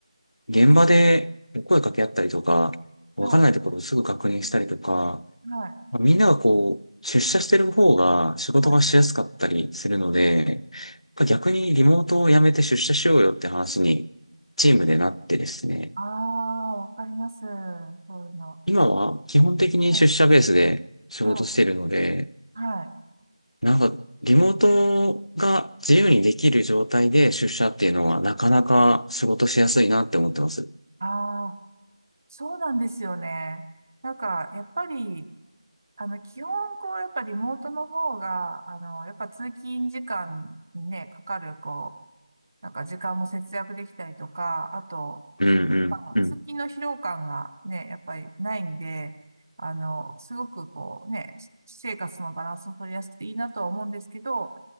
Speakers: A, on the left; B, on the right.
A: う、現場で声かけ合ったりとか、わからないところをすぐ確認したりとか、
B: はい。はい。
A: まあみんながこう、出社してる方が仕事がしやすかったりするので、
B: はい。はい。
A: 逆にリモートをやめて出社しようよって話にチームでなってですね。
B: ああ、わかります。そういうの。
A: 今は基本的に出社ベースで仕事してるので、
B: はい。はい。はい。
A: なんかリモートが自由にできる状態で出社っていうのはなかなか仕事しやすいなって思ってます。
B: ああ、そうなんですよね。なんか、やっぱり、あの、基本、こう、やっぱリモートの方が、あの、やっぱ通勤時間にね、かかる、こう、なんか時間も節約できたりとか、あと、
A: うん
B: まあの通勤の疲労感がね、
A: うんうん。
B: やっぱりないんで、あの、すごくこうね、私生活のバランスも取りやすくていいなとは思うんですけど、